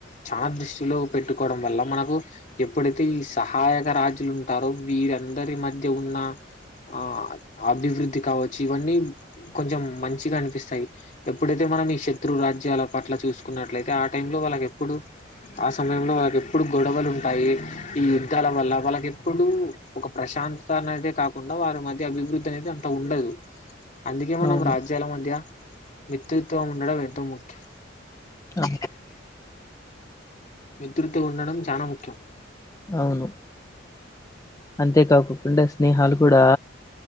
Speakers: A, on the left; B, on the left.
A: చాలా దృష్టిలో పెట్టుకోవడం వల్ల మనకు ఎప్పుడైతే సహాయక రాజులు ఉంటారో వీరందరి మధ్య ఉన్న ఆ అభివృద్ధి కావచ్చు ఇవన్నీ కొంచెం మంచిగా అనిపిస్తాయి ఎప్పుడైతే మనం ఈ శత్రు రాజ్యాల పట్ల చూసుకున్నట్లయితే ఆ టైంలో వాళ్ళకి ఎప్పుడడు ఆ సమయంలో వాళ్ళకి ఎప్పుడు గొడవలు ఉంటాయి ఈ యుద్ధాల వల్ల వాళ్ళకి ఎప్పుడు ఒక ప్రశాంతత అయితే కాకుండా వారి మధ్య అభివృద్ధి అనేది అంత ఉండదు అందుకే మనం
B: అవును.
A: రాజ్యాల మధ్య మిత్రుత్వం ఉండడం ఎంతో ముఖ్యం
B: అ
A: మిత్రుత ఉండడం చానా ముఖ్యం
B: అవును అంతేకాకుండా స్నేహాలు కూడా